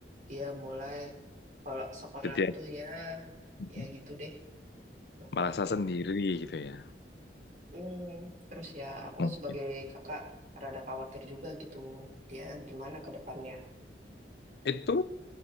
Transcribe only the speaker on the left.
jadi ya.
hmm.
merasa
sendiri gitu ya
mungkin
itu